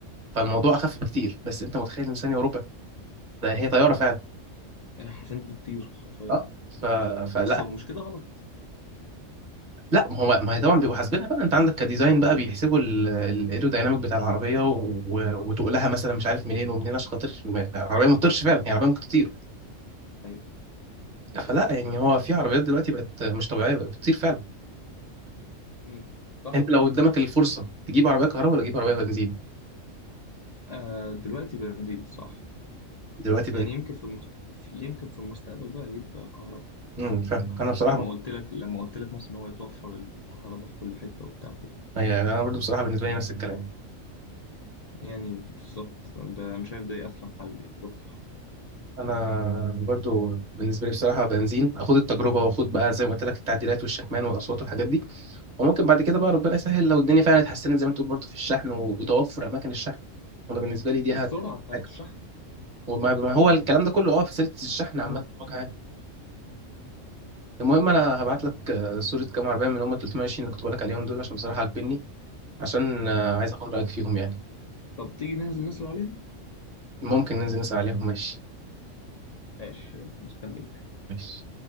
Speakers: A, on the right; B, on the left.
A: فالموضوع اخف بكتير بس انت متخيل ان ثانيه وربع ده هي طياره فعلا
B: آه، حرفيا دي بتطير حرفيا
A: اه ف... فلا
B: بس هو مش كده غلط
A: لا ما هو ما هي طبعا بيبقوا حاسبينها بقى انت عندك كديزاين بقى بيحسبوا الايرودايناميك بتاع العربيه و... و... وتقلها مثلا مش عارف منين ومنين عشان خاطر ما- العربيه ما تطيرش فعلا هي عربيه ممكن تطير
B: أيوه
A: فلا يعني هو في عربيات دلوقتي بقت مش طبيعيه بقت بتطير فعلا
B: مم. صح
A: انت لو قدامك الفرصه تجيب عربيه كهرباء ولا تجيب عربيه بنزين
B: آه دلوقتي بنزين صح
A: دلوقتي
B: يعني
A: بن...
B: يمكن في, مست... في يمكن في المستقبل بقى أجيب كهرباء
A: امم فعلا انا بصراحه
B: لما
A: بقى.
B: قلت لك لما قلت لك مثلا إن هو يتوفر الكهرباء في كل حتة وبتاع وكده
A: أيوة، انا برضه بصراحه بالنسبه لي نفس الكلام
B: يعني بالظبط ده انا شايف ده اصلا حل يعني ده صح
A: انا برضو بالنسبه لي بصراحه بنزين اخد التجربه واخد بقى زي ما قلت لك التعديلات والشكمان والاصوات والحاجات دي وممكن بعد كده بقى ربنا يسهل لو الدنيا فعلا اتحسنت زي ما تقول برضو في الشحن وتوفر اماكن الشحن انا بالنسبه لي دي
B: والسرعه
A: هت-
B: بتاعت
A: حاجه
B: الشحن
A: وما ما هو الكلام ده كله اه في سلسله الشحن عامه
B: مم.
A: بوجه عام. المهم انا هبعت لك آه، صوره كام عربيه من اللي هم 320 اللي كنت بقول لك عليهم دول عشان بصراحه عاجبني عشان آه، عايز اخد رايك فيهم يعني
B: طب تيجي ننزل نسأل عليهم
A: ممكن ننزل نسال عليهم ماشي
B: ماشي يلا مستنيك
A: ماشي